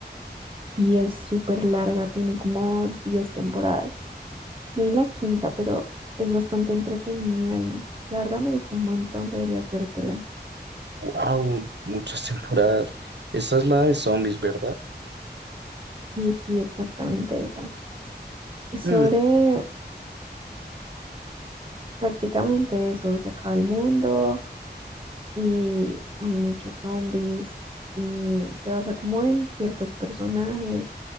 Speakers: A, on the right (about 30°); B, on the right (about 80°).
A: Y es súper larga, tiene como 10 temporadas. Voy en la quinta, pero es bastante entretenida y la verdad me gusta un montón, deberías vértela.
B: ¡Wow! Muchas <laughs> temporadas. Esa es la de zombies, ¿verdad?
A: Y sí, exactamente esa. Es sobre
B: Mm,
A: prácticamente eso, se acaba el mundo, y hay muchos zombies y se basa como en ciertos personajes